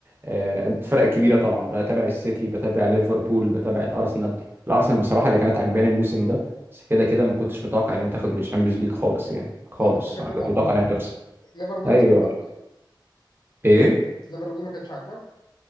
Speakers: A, on the right; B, on the left.
A: آه، الفرق الكبيره طبعا بتابع السيتي بتابع ليفربول بتابع الارسنال الارسنال بصراحه اللي كانت عجباني الموسم ده بس كده كده ما كنتش متوقع ان هي تاخد الشامبيونز ليج خالص يعني خالص
B: يعني كده
A: انا
B: كده
A: كنت
B: عموما
A: متوقع انها تخسر
B: ليفربول
A: ايوه
B: مش عاجبك؟
A: ايه
B: ليفربول ما كانتش عاجبك